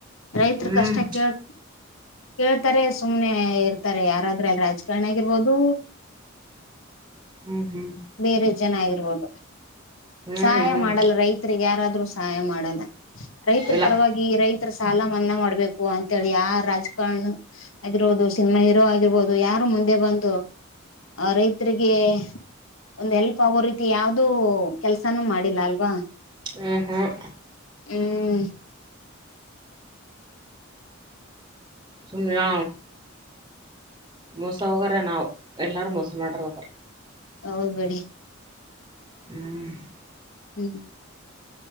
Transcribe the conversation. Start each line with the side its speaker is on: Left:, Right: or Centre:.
Left: ರೈತ್ರರು
Right: ಹ್ಮ್
Left: ಕಷ್ಟ ಕೇಳ್ ಕೇಳ್ತಾರೆ ಸುಮ್ನೆ ಇರ್ತಾರೆ ಯಾರಾದ್ರ ಅಲ್ಲಿ ರಾಜಕಾರಣಿ ಆಗಿರ್ಬೋದು
Right: ಹ್ಮ್ ಹ್ಮ್ ಹ್ಮ್
Left: ಬೇರೆ ಜನ ಆಗಿರ್ಬೋದು
Right: ಹ್ಮ್
Left: ಸಹಾಯ
Right: ಹ್ಮ್
Left: ಮಾಡಲ್ಲ ರೈತರಿಗೆ ಯಾರಾದ್ರರು ಸಹಾಯ ಮಾಡಲ್ಲ ರೈತರ
Right: ಇಲ್ಲ
Left: ಪರವಾಗಿ ಈ ರೈತ ತ್ರ ಸಾಲ ಮನ್ನಾ ಮಾಡ್ಬೇಕು ಅಂತೇಳಿ ಯ ರಾಜಕಾರಣ ಆಗಿರೋದು ಸಿನಿಮಾ ಹೀರೋ ಆಗಿ ಇರ್ಬೋದು ಯಾರು ಮುಂದೆ ಬಂದು ಆ ರೈತರಿಗೆ ಒಂದ್ ಹೆಲ್ಪ್ ಆಗೋ ರೀತಿ ಯಾವ್ದೂ ಕೆಲ್ಸಾನೂ ಮಾಡಿಲ್ಲ ಅಲ್ವಾ
Right: ಹ್ಮ ಹ್ಮ್
Left: ಹ್ಮ್
Right: ಸುಮ್ನಯಾ ಮೋಸ ಹೋಗರ ನಾವು ಎಲ್ಲಾರೂ ಮೋಸ ಮಾಡಾರದ್ರ
Left: ಹೌ ಬಡಿ
Right: ಹ್ಮ್
Left: ಹ್ಮ್